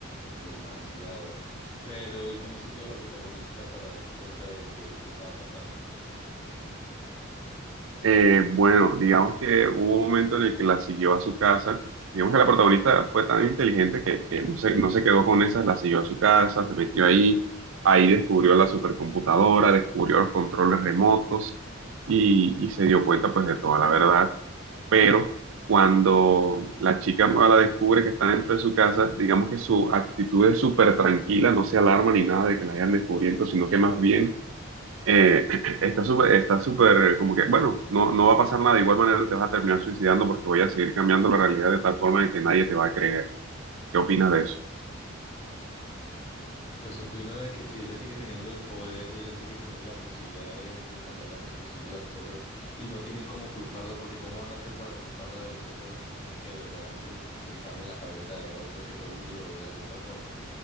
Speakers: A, on the left; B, on the right.
A: demasiado. Pero, ¿y cómo se hizo la protagonista para darse cuenta de que eso estaba pasando?
B: Eh, bueno, digamos que hubo un momento en el que la siguió a su casa. Digamos que la protagonista fue tan inteligente que, que no se, no se quedó con esas, la siguió a su casa, se metió ahí, ahí descubrió la supercomputadora, descubrió los controles remotos y, y se dio cuenta pues de toda la verdad. Pero cuando la chica nueva la descubre que está dentro de su casa, digamos que su actitud es súper tranquila, no se alarma ni nada de que la hayan descubierto, sino que más bien eh, <clears throat> está súper, está súper, como que, bueno, no, no va a pasar nada. De igual manera te vas a terminar suicidando porque voy a seguir cambiando la realidad de tal forma de que nadie te va a creer. ¿Qué opinas de eso?
A: Pues opino de que si ella sigue teniendo el poder y ella sigue teniendo la posibilidad de, de cambiar la percepción de las cosas y no tienen cómo culparla, porque cómo van a hacer para culparla de cosas que verdaderamente estaban en la cabeza de la otra y que todo el mundo lo veía de otra forma,